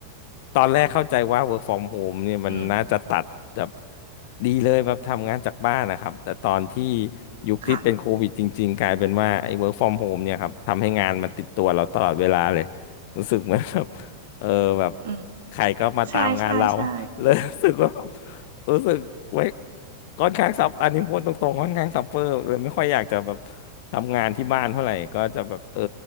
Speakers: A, on the left; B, on the right.
A: ตอนแรกเข้าใจว่า work from home เนี่ยมันน่าจะตัดแบบ
B: อืม
A: ดีเลยแบบทำงานจากบ้านนะครับแต่ตอนที่ยุคที่เป็นโควิดจริงๆกลายเป็นว่าไอ้
B: ค่ะ
A: work from home เนี่ยครับทำให้งานมันติดตัวเราตลอดเวลาเลยรู้สึกเหมือนแบบ <laughs> เออแบบ
B: อืม
A: ใครก็มาตามงานเรา
B: ใช่ใช่ใช่
A: <laughs> เลยรู้สึกว่าแบบรู้สึกไว้ค่อนข้างซับอันนี้พูดตรงๆค่อนข้างซับเฟอร์เลยไม่ค่อยอยากจะแบบ ทำงานที่บ้านเท่าไหร่ก็จะแบบเออ